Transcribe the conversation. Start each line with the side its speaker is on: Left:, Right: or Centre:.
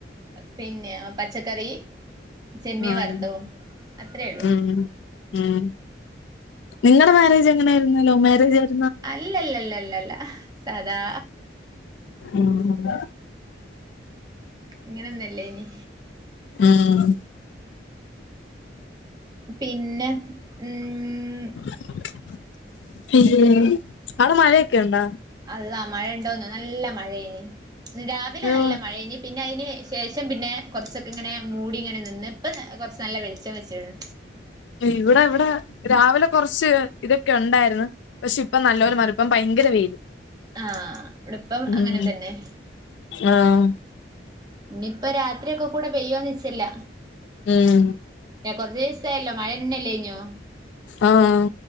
Right: പിന്നെ പച്ചക്കറി. ചെമ്മീ
Left: ആഹ്
Right: വർത്തതും അത്ര ള്ളു.
Left: ഉം ഉം നിങ്ങളെ മാരേജ് എങ്ങനെ ആയിരുന്നു? ലവ് മാരേജ് ആ
Right: അല്ല ല്ല ല്ല ല്ല ല്ല ല്ല സാദാ.
Left: ഉം ഉം
Right: ഇങ്ങനെ ഒന്ന് ല്ലേനി.
Left: ആഹ്
Right: പിന്നെ? ഉം
Left: <inaudible> <unintelligible> അഒടെ മഴക്കെ ണ്ടാ?
Right: അള്ള മഴ ണ്ടോന്നോ നല്ല മഴേഞ്ഞ് രാവിലെ
Left: അയ്യോ
Right: നല്ല മഴേഞ്ഞ് പിന്നെ അയിന് ശേ ശേഷം പിന്നെ കൊർച്ച് ഒക്കെ ഇങ്ങനെ മൂടി ങ്ങനെ നിന്ന്. ഇപ്പ ന കൊർച്ച് നല്ല വെളിച്ചം വെച്ച്ണ്.
Left: ഇവിടെ വടെ രാവിലെ കൊർച്ച് ഇതൊക്കെ ണ്ടായിരുന്ന്. പക്ഷെ ഇപ്പ നല്ല ഓല മറി ഇപ്പം ഭയങ്കര വെയില്
Right: ആഹ് ഇവടെ ഇപ്പം
Left: ഉം
Right: അങ്ങനെ തന്നെ.
Left: ആഹ്
Right: ഞ്ഞിപ്പ രാത്രി ഒക്കെ കൂടെ പെയ്യോന്ന് ച്ച് ല്ല.
Left: ഉം
Right: ഏഹ് കൊർച്ച് സായല്ലോ മഴന്നെ ല്ലേഞ്ഞോ?
Left: ആഹ്